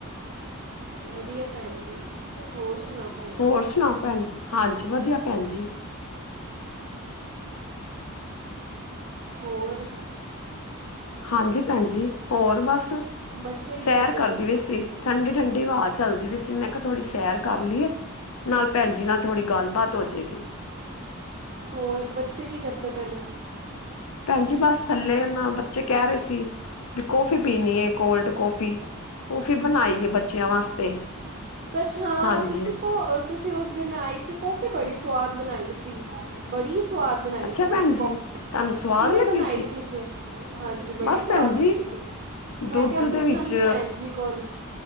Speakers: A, on the right; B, on the left.
A: ਵਧੀਆ ਭੈਣ ਜੀ। ਹੋਰ ਸੁਣਾਓ ਭੈਣ
B: ਹੋਰ
A: ਜੀ
B: ਸੁਣਾਓ ਭੈਣ ਜੀ, ਹਾਂਜੀ ਵਧੀਆ ਭੈਣ ਜੀ।
A: ਹੋਰ
B: ਹਾਂਜੀ, ਭੈਣ ਜੀ ਹੋਰ ਬਸ,
A: ਬੱਚੇ ਕੀ
B: ਸੈਰ
A: ਕਰਦੇ ਪਏ
B: ਕਰਦੀ ਪਈ ਸੀ ਠੰਡੀ ਠੰਡੀ ਹਵਾ ਚੱਲਦੀ ਪਈ ਸੀ। ਅ ਮੈਂ ਕਿਹਾ ਥੋੜ੍ਹੀ ਸੈਰ ਕਰ ਲਈਏ, ਨਾਲ ਭੈਣ ਜੀ ਨਾਲ ਥੋੜ੍ਹੀ ਗੱਲਬਾਤ ਹੋਜੇਗੀ।
A: ਹੋਰ ਬੱਚੇ ਕੀ ਕਰਦੇ ਪਏ ਨੇ।
B: ਭੈਣ ਜੀ ਬਸ ਥੱਲੇ ਨਾ ਬੱਚੇ ਕਹਿ ਰਹੇ ਸੀ, ਕੀ ਕੋਫੀ ਪੀਣੀ ਹੈ ਕੋਲਡ ਕਾਫੀ, ਕਾਫੀ ਬਣਾਈ ਹੈ ਬੱਚਿਆਂ ਵਾਸਤੇ।
A: ਸੱਚ ਹਾਂ,
B: ਹਾਂਜੀ
A: ਤੁਸੀਂ ਕੋ ਤੁਸੀਂ ਉਸ ਦਿਨ ਆਈ ਸੀ ਕੋ ਬੜੀ ਸਵਾਦ ਬਣਾਈ ਸੀ। ਬੜੀ ਸ ਸਵਾਦ ਬਣਾਈ
B: ਅੱਛਾ
A: ਸੀ
B: ਭੈਣ
A: ਤੁਸੀਂ
B: ਜੀ
A: ਕ
B: ਤੁਹਾਨੂੰ
A: <unintelligible>
B: ਸਵਾਦ
A: ਕਿਵੇਂ
B: ਲੱਗੀ
A: ਬਣਾਈ ਸੀ ਚੇ। ਹਾਂਜੀ ਬੜੀ
B: ਬਸ
A: ਸਵਾਦ
B: ਭੈਣ ਜੀ
A: ਲੱਗੀ ਸੀ। ਮੈਂ
B: ਦੁੱਧ
A: ਕਿਹਾ
B: ਦੇ
A: ਪੁੱਛਾਂਗੀ
B: ਵਿੱਚ
A: ਭੈਣ ਜੀ ਕੋਲ